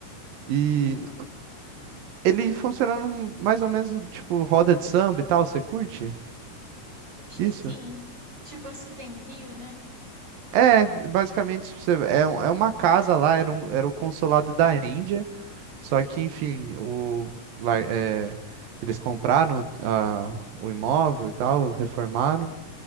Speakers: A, on the right; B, on the right.
A: E Ele funciona num- mais ou menos no tipo roda de samba e tal, você curte?
B: acho que
A: Isso?
B: sim. Tipo as que tem no Rio, né?
A: É, basicamente tipo, você- é, um- é uma casa lá, era, um, era o consulado da Índia, só que enfim, o, lá, é, eles compraram ah, o imóvel e tal, reformaram.